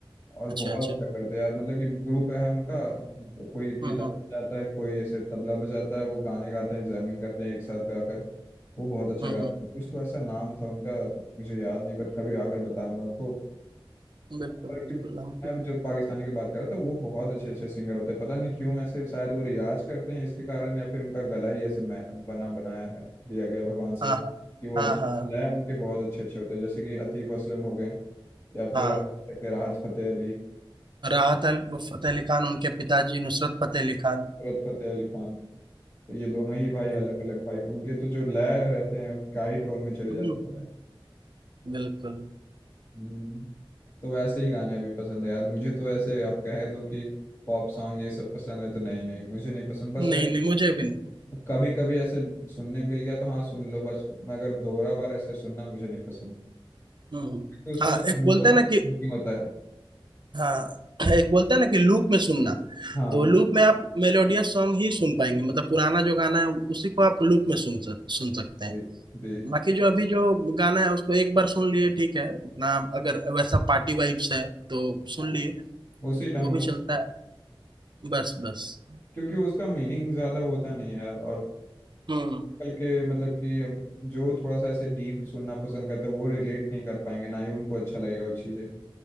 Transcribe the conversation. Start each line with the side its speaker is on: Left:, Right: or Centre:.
Left: और
Right: अच्छा
Left: बहुत
Right: अच्छा
Left: अच्छा करते हैं यार मतलब कि ग्रुप है उनका तो कोई गिटार
Right: हम्म हम्म
Left: बजाता है कोई ऐसे तबला बजाता है वो गाने गाते हैं जैमिंग करते हैं एक साथ गाकर वो बहुत अच्छा
Right: हम्म
Left: गाते
Right: हम्म,
Left: हैं कुछ तो ऐसा नाम था उनका मुझे याद नहीं बट कभी आकर बताऊंगा आपको
Right: बिल्कुल
Left: और
Right: बिल्कुल
Left: कि
Right: हमको
Left: अब जो पाकिस्तानी की बात कर रहा था वो बहुत अच्छे अच्छे सिंगर होते हैं पता नहीं क्यों ऐसे शायद वो रियाज करते हैं इसके कारण या फिर उनका गला ही ऐसे मैं- बना बनाया है दिया गया भगवान
Right: हाँ
Left: से कि
Right: हाँ
Left: वो अच्छ-
Right: हाँ हाँ
Left: लय उनके बहुत अच्छे अच्छे होते हैं जैसे कि अतीफ असलम हो गए या फिर
Right: हाँ
Left: आप देख सकते हैं राहत फतेह अली
Right: राहत अल फतेह अली खान उनके पिताजी नुसरत फतेह अली खान
Left: सूरत फतेह अली खान तो ये दोनों ही भाई
Right: बिल्कुल
Left: अलग अलग भाई उनके तो जो लय रहते हैं क्या ही टोन में चले
Right: हम्म
Left: जाते
Right: हम्म,
Left: हैं
Right: बिल्कुल
Left: हम्म, तो वैसे ही गाने अभी पसंद है यार मुझे तो ऐसे आप कह दो कि पॉप सॉन्ग ये सब पसंद है तो नहीं नहीं मुझे नहीं पसंद बस
Right: नहीं
Left: वे
Right: नहीं मुझे भी नहीं
Left: कभी कभी ऐसे सुनने मिल गया तो हाँ सुन लो बस मगर दोहरा बार ऐसे सुनना मुझे नहीं पसंद
Right: हम्म हम्म।
Left: तो उसमें
Right: हाँ
Left: ना
Right: एक
Left: इमोशन
Right: बोलते हैं ना कि
Left: होता है
Right: हाँ एक बोलते हैं ना कि लूप में सुनना
Left: हाँ
Right: तो वो लूप में आप मेलोडियस सॉन्ग ही सुन पाएंगे मतलब पुराना जो गाना है उसी को आप लूप में सुन सक, सुन सकते हैं
Left: जी जी
Right: बाकी जो अभी जो गाना है उसको एक बार सुन लिए ठीक है ना अगर वैसा पार्टी वाइब्स है तो सुन
Left: हाँ।
Right: लिए
Left: उसी टाइम
Right: वो भी
Left: वैसे
Right: चलता है बस बस
Left: क्योंकि उसका मीनिंग ज्यादा होता नहीं है यार और
Right: हम्म
Left: आजकल के मतलब कि अब जो थोड़ा सा ऐसे डीप सुनना पसंद करता है वो रिलेट नहीं कर पाएंगे ना ही उनको अच्छा लगेगा वो चीज़ें